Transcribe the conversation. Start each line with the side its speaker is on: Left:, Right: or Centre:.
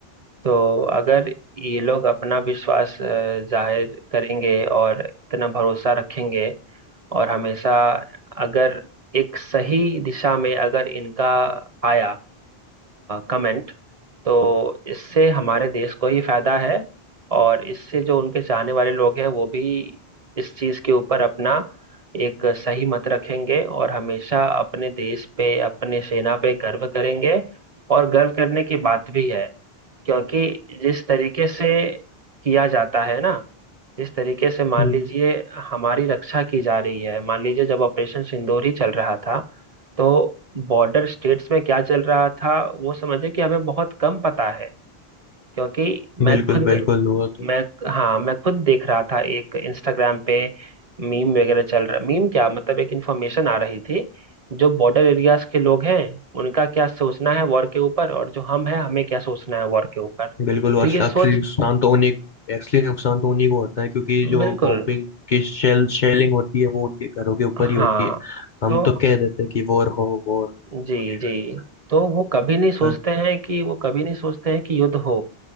Right: तो अगर ये लोग अपना विश्वास अ, जाहिर करेंगे और इतना भरोसा रखेंगे और हमेशा अगर एक सही दिशा में अगर इनका आया कमेंट तो इससे हमारे देश को ही फायदा है और इससे जो उनके चाहने वाले लोग हैं वो भी इस चीज के ऊपर अपना एक सही मत रखेंगे और हमेशा अपने देश पे अपने सेना पे गर्व करेंगे और गर्व करने की बात भी है क्योंकि जिस तरीके से किया जाता है ना जिस तरीके से मान
Left: हम्म
Right: लीजिए हमारी रक्षा की जा रही है मान लीजिए जब ऑपरेशन सिंदूर ही चल रहा था तो बॉर्डर स्टेट्स में क्या चल रहा था वो समझे कि हमें बहुत कम पता है क्योंकि मैं
Left: बिल्कुल
Right: खुद
Left: बिल्कुल वो तो
Right: मैं हाँ मैं खुद देख रहा था एक इंस्टाग्राम पे मीम वगैरह चल रहा मीम क्या मतलब एक इंफॉर्मेशन आ रही थी जो बॉर्डर एरियाज के लोग हैं उनका क्या सोचना है वॉर के ऊपर और जो हम हैं हमें क्या सोचना है वॉर के ऊपर
Left: बिल्कुल वो असली
Right: तो ये सोच
Left: असली नुकसान तो उन्हीं असली नुकसान तो उन्हीं को होता है क्योंकि जो
Right: बिल्कुल
Left: बॉम्बिंग की शेल शेलिंग होती है वो उनके घरों के ऊपर
Right: हाँ
Left: ही होती है हम
Right: तो
Left: तो कह देते हैं कि वॉर हो वॉर
Right: जी
Left: वगैरह
Right: जी
Left: ये सब
Right: तो वो कभी नहीं सोचते
Left: पर
Right: हैं कि वो कभी नहीं सोचते हैं कि युद्ध हो